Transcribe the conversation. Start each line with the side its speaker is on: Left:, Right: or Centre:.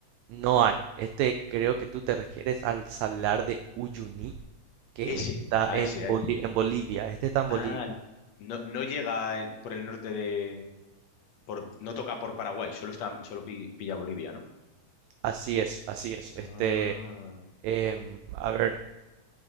Right: no hay. Este creo que tú te refieres al salar de Uyuni. que
Left: Ese,
Right: está
Left: a
Right: en,
Left: ese, a
Right: Boli-
Left: ese.
Right: en Bolivia. Este está en
Left: Ah,
Right: Bolivia.
Left: no, no llega en- por el norte de... por- no toca por Paraguay, solo, está, solo pi- pilla Bolivia, ¿no?
Right: Así es, así es.
Left: Ah.
Right: Este, em, a ver,